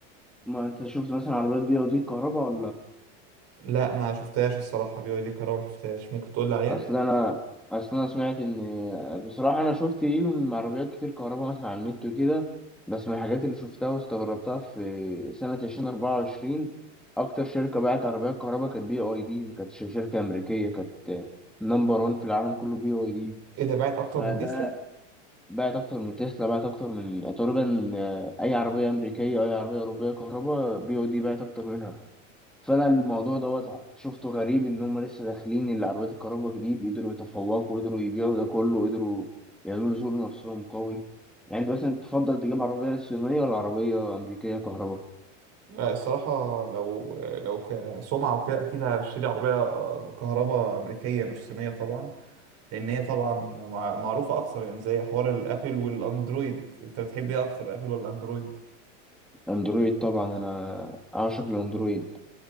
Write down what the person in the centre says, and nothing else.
ما أنت شفت مثلا عربيات بي واي دي الكهرباء
اصل انا اصل انا سمعت ان بصراحه انا شفت ايه من عربيات كتير كهرباء مثلا على النت وكده بس من الحاجات اللي شفتها واستغربتها في سنه 2024 اكتر شركه باعت عربيات كهرباء كانت بي اي دي ما كانتش شركه امريكيه كانت نمبر 1 في العالم كله بي اي دي
فده
باعت اكتر من تسلا باعت اكتر من تقريبا اي عربيه امريكيه اي عربيه اوروبيه كهرباء بي اي دي باعت اكتر منها فانا الموضوع دوت شفته غريب ان هم لسه داخلين اللي عربيات الكهرباء جديد قدروا يتفوقوا قدروا يبيعوا ده كله قدروا يعملوا سوق لنفسهم قوي يعني انت مثلا تفضل تجيب عربية صينية ولا عربية أمريكية كهرباء
اندرويد طبعا انا اعشق الاندرويد